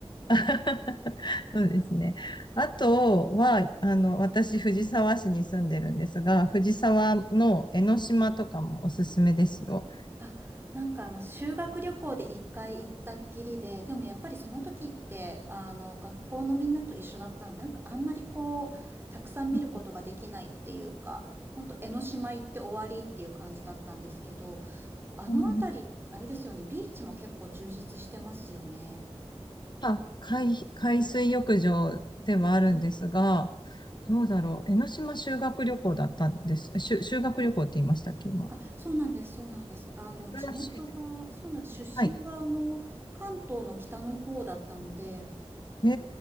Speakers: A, on the left (about 45°); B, on the right (about 20°).
A: <laughs> そうですね。あとは、あの、私、藤沢市に住んでるんですが、藤沢の江ノ島とかもおすすめですよ。
B: あ、なんかあの修学旅行で1回行ったっきりで、でもやっぱりその時って、あの学校のみんなと一緒だったので、なんかあんまりこう、たくさん見ることができないっていうか、
A: うん
B: ほんと江ノ島行って終わりっていう感じだったんですけど、あの辺り、
A: うん
B: あれですよね、ビーチも結構充実してますよね。
A: あ、海、海水浴場ではあるんですが、
B: はい。
A: どうだろう。江ノ島修学旅行だったんです。しゅ、修学旅行って言いましたっけ、今。
B: あ、そうなんです、そうなんです。あの、
A: 珍しいですね。
B: 地元が、そうなんです。出身が、
A: はい。
B: あの、関東の北の方だったので、
A: え